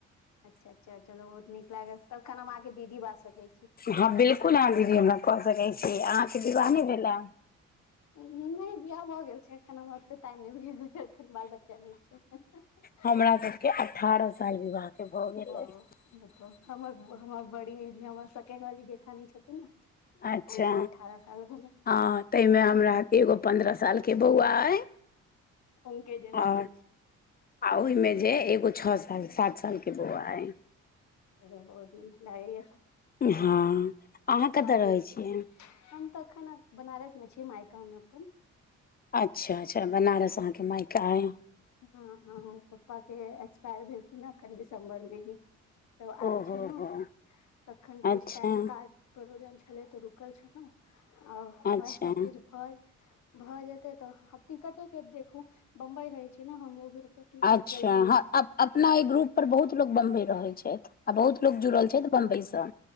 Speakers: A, on the left; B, on the left.
A: अच्छा अच्छा चलो बहुत नीक लागल तबखन हम अहाँ के दीदी बाज सकैत छी
B: हँ बिल्कुल अहाँ दीदी हमरा कऽ सकै छी अहाँ के विवाह नहि भेला
A: नहि बियाह भऽ गेल छै एखन हमर ओे टाइम नहि <unintelligible> भेल एखन बाल बच्चा नई छै <unintelligible>
B: हमरा सबके अठारह साल विवाहके भऽ गेलै
A: बाउ बताऊ हमर हमर बड़ी हमर सेकेंड वाली जेठनि छथिन ने
B: अच्छा
A: हुनको अठारह साल भेलै
B: हँ ताहि मे हमरा एगो पन्द्रह साल के बौआ अइ
A: हुनके जेना
B: आओर आ ओहि मे जे एगो छो साल सात साल के बौआ अइ
A: चलो बहुत नीक लागैया
B: हँ अहाँ कतऽ
A: आदि
B: रहै छियै
A: हम तऽ अखन बनारस मे छी मायका मे अपन
B: अच्छा अच्छा बनारस अहाँके मायका अइ
A: हँ हॅं पप्पा के एक्सपायर भेलखिन ह एखन दिसम्बर मे ही तब आयल
B: ओहो
A: छ न
B: हो
A: तखन किछ
B: अच्छा
A: टाईम काज परोजन छलै त रुकल छल लौं आओर
B: अच्छा
A: वएह सब किछ भऽ भऽ जेतै तऽ टिकटे के देखू बम्बई रहे छी ने हमलोग भी तऽ टिकट
B: अच्छा
A: जल्दी
B: हँ
A: नहि
B: अप् अप् अपना एहि ग्रुप पर बहुत लोक बम्बई रहै छथि आ बहुत लोग जुड़ल छथि बमबई सँ